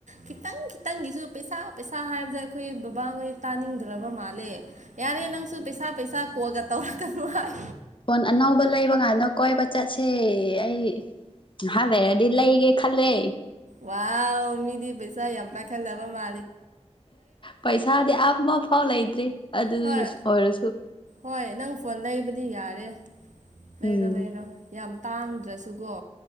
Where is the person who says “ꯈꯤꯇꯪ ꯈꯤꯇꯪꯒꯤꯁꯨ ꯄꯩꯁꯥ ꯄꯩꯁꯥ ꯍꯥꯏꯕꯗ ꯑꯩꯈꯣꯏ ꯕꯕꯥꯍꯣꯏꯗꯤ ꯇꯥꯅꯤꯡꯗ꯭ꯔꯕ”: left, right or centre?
Right